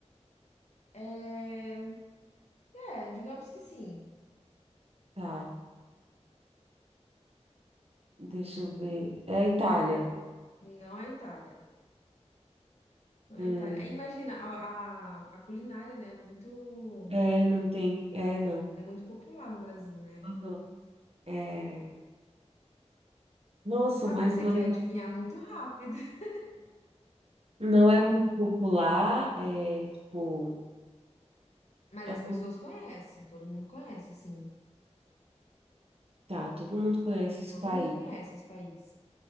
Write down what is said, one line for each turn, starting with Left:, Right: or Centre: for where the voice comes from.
Left: É, é, digamos que sim.
Right: Tá. Deixa eu ver. É a Itália.
Left: Não é Itália. Não
Right: Hum.
Left: é Itália. Aí, Imagina, a, a, a culinária, né? é Muito.
Right: É, não tem. É, não.
Left: é muito popular no Brasil, né?
Right: Aham. É. Nossa,
Left: Mas
Right: mas
Left: você
Right: não
Left: quer
Right: é,
Left: adivinhar muito rápido. <laughs>
Right: não é muito popular. É tipo.
Left: Mas
Right: A...
Left: as
Right: cu-
Left: pessoas conhecem, todo mundo conhece, sim.
Right: Tá, todo mundo conhece esse
Left: Todo
Right: país.
Left: mundo conhece esse país.